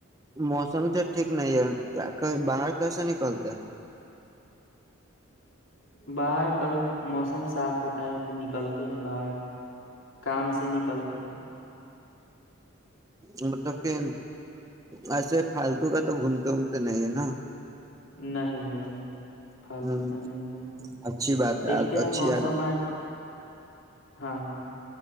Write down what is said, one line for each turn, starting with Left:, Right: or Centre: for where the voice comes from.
Right: موسم تو ٹھیک نہیں ہے باہر کیسے نکلتے ہیں
Left: باہر کبھی موسم صاف ہوتا ہے تو نکلتے ہیں باہر کام سے نکل ت <unintelligible>
Right: ہ مطلب کہ ایسے پالتو کا تو گھومتے وومتے نہیں ہے نا
Left: نہیں بھائی جان پالتو
Right: ہوں،
Left: کا نہیں گھومتے
Right: اچھی بات ہے
Left: دیکھتے ہیں
Right: اچھی
Left: موسم آج ہاں ج <unintelligible>